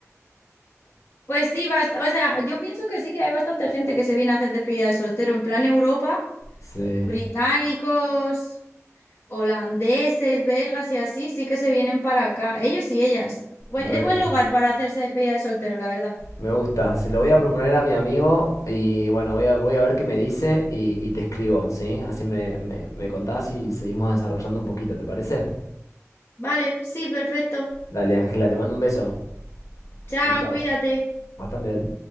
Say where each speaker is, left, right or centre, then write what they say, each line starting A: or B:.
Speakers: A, on the left; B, on the left.
A: Pues sí, bast- o sea, yo pienso que sí que hay bastante gente que se viene a hacer despedida de soltero en plan Europa,
B: Sí,
A: británicos, holandeses, belgas y así, sí que se vienen para acá. Ellos y ellas. Buen-
B: re.
A: es buen lugar para hacerse despedida de soltero, la verdad.
B: Me gusta. Se lo voy a proponer a mi amigo y bueno, voy a, voy a ver qué me dice y, y te escribo, ¿sí? Así me, me, me contás y seguimos desarrollando un poquito, ¿te parece?
A: Vale, sí, perfecto.
B: Dale, Ángela, te mando un beso.
A: Chao,
B: Chao, chao.
A: cuídate.
B: Vos también.